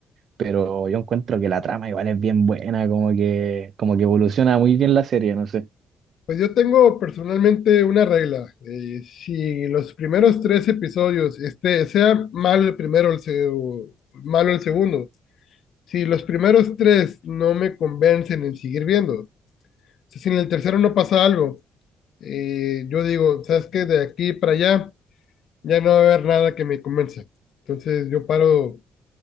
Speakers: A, on the right; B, on the left.
A: pero yo encuentro que la trama igual es bien buena, como que, como que evoluciona muy bien la serie, no sé.
B: Pues yo tengo personalmente una regla. eh, si los primeros tres episodios, este, sea malo el primero el se- o malo el segundo, si los primeros tres no me convencen en seguir viendo, o sea, si en el tercero no pasa algo, eh, yo digo, ¿sabes qué? De aquí para allá ya no va a haber nada que me convenza. Entonces yo paro